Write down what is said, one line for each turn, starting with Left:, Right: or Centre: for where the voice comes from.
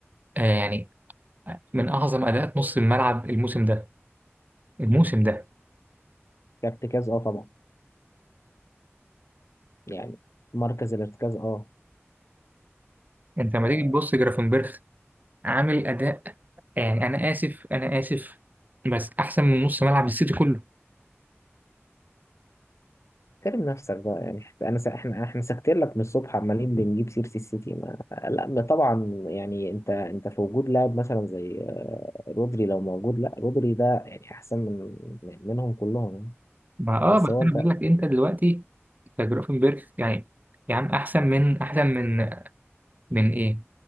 Right: آه، يعني من اعظم اداءات نص الملعب الموسم ده الموسم ده
Left: كارتكاز اه طبعا يعني مركز الارتكاز اه
Right: انت لما
Left: آه،
Right: تيجي تبص جرافنبرخ عامل اداء يعني انا اسف انا اسف بس احسن من نص ملعب السيتي كله
Left: احترم نفسك بقى يعني انا س... احنا احنا ساكتين لك من الصبح عمالين بنجيب سيره السيتي ما... لا ما طبعا يعني انت انت في وجود لاعب مثلا زي آه، رودري لو موجود لا رودري ده يعني احسن من من- منهم كلهم يعني.
Right: ما اه
Left: بس
Right: بس
Left: هو
Right: انا
Left: انت
Right: بقول لك انت دلوقتي أنت جرافنبرخ يعني يعني احسن من احسن من من ايه